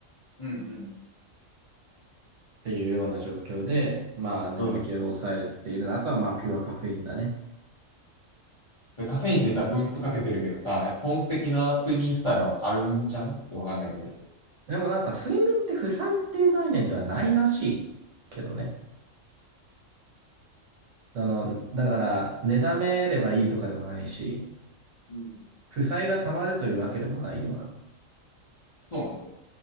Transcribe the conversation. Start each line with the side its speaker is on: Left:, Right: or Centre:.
Left: うんうん。
Right: っていうような状況で、まあ眠気を抑えているの。
Left: うん
Right: あとはまあピュアカフェインだね。
Left: でカフェインでさ、ブーストかけてるけどさ、やっぱ本質的な睡眠負債はあるんじゃんってわかんないけど。
Right: でもなんか睡眠って負債っていう概念ではないらしいけどね。あの、だから、寝だめればいいとかでもないし、
Left: うん。
Right: 負債が溜まるというわけでもないような
Left: そうね。